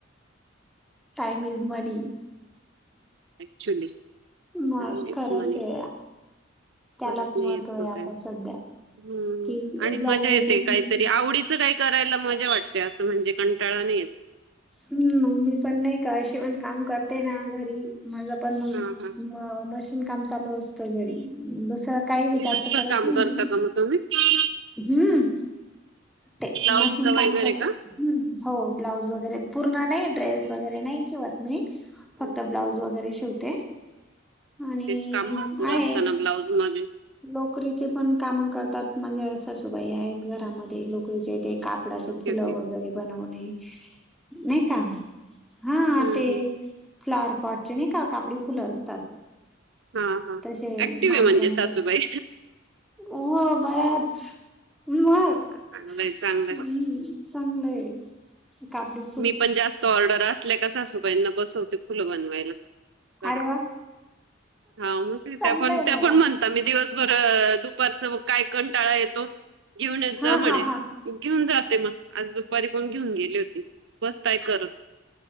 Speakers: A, in the centre; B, on the right (about 65°).
A: Time is money.
B: ऍक्च्युली
A: मग
B: काही नाहीच
A: खरंचए.
B: म्हणे
A: त्यालाच
B: परत नाही
A: महत्त्व
B: येत
A: आहे
B: तो
A: आता
B: काय
A: सध्या.
B: हम्म
A: कि
B: आणि
A: एकदा
B: मजा
A: वेळ
B: येते.
A: निघून
B: काहीतरी
A: गेली
B: आवडीचं काही - करायला मजा वाटते. असं म्हणजे कंटाळा नाही येत.
A: हम्म मी पण नाही का अशी पण काम करते ना घरी. माझं पण मग
B: हा हा
A: म मशीन काम चालू असत. घरी. दुसरं काही
B: दिवसभर
A: जास्त करत
B: काम
A: नाही मी.
B: <unintelligible>
A: हम्म. ते
B: ब्लाऊजचं
A: मशीन
B: वगैरे
A: काम करते.
B: का
A: हं. हो ब्लाऊज वगैरे पूर्ण- नाही ड्रेस वगैरे नाही शिवत मी. फक्त
B: हं, हं.
A: ब्लाऊज वगैरे शिवते. आणि
B: तेच काम भरपूर
A: -आहे.
B: असताना ब्लाऊज मध्ये
A: लोकरीचे पण काम करतात. माझ्या सासूबाई आहेत घरामध्ये लोकरीचे ते काप- -पडाचे
B: ओके
A: फुलं
B: ओके.
A: वगैरे बनवणे- नाही का? हा.
B: हम्म,
A: ते-
B: हम्म.
A: फ्लॉवर पॉटचे नाही का कापडी फुलं असतात.
B: हा हा
A: तसे
B: ऍक्टिव्ह
A: मायक्रोमच.
B: आहे म्हणजे सासूबाई
A: हो बऱ्याच- मग?
B: चांगलंय
A: हम्.
B: चांगलंय
A: चांगलंय कापडी -
B: मी पण जास्त ऑर्डर असल्या का, सासूबाईंना बसवते फुलं बनवायला. करा.
A: अरे वा
B: हा ग!
A: चांगलंय
B: त्या पण त्या
A: ना
B: पण
A: वा
B: म्हण- आता मी दिवसभर, दुपारचं मग काय कंटाळा येतो. घेऊनच
A: हा
B: जा म्हणे.
A: हा हा
B: घेऊन जाते म. आज दुपारी पण घेऊन गेली होती. बसताय करत.